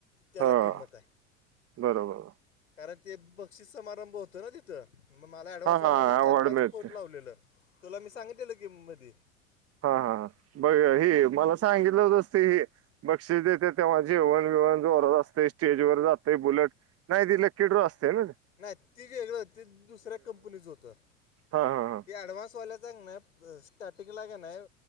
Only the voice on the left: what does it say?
त्याला
किंमत आहे,
कारण ते बक्षीस समारंभ होतो ना तिथं. मग मला ॲडव्हान्सवाल्यानं
चार पाच
फोन लावलेलं, तुला मी सांगितलं की मधी
नाही ते वेगळं, ते दुसऱ्या कंपनीचं होतं
ते ॲडव्हान्सवाल्या चांग ना. स्टार्टिंग लाेन आहे